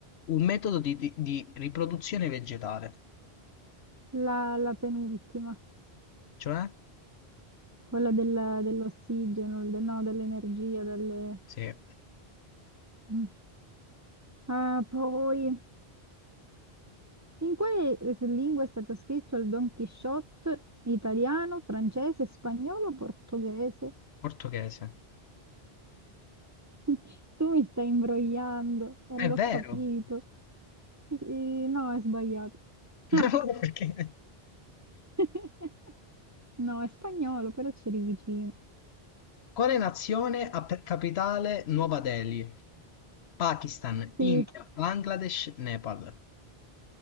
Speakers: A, on the left; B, on the right.
A: un metodo di, di- di riproduzione vegetale.
B: la, la penultima,
A: Cioè?
B: quella del- dell'ossigeno, del- no, dell'energia, delle...
A: Sì,
B: Mm. Ah, poi... In quale eh, lingua è stato scritto il Don Quixote? Italiano, francese, spagnolo, portoghese?
A: portoghese.
B: <laughs> Tu mi stai imbrogliando e
A: È
B: l'ho
A: vero!
B: capito. Eh, no, è sbagliato. Ah.
A: <laughs> Perché?
B: <laughs> No, è spagnolo, però c'eri vicino.
A: Quale nazione ha per capitale Nuova Delhi? Pakistan,
B: Sì,
A: India, Bangladesh, Nepal.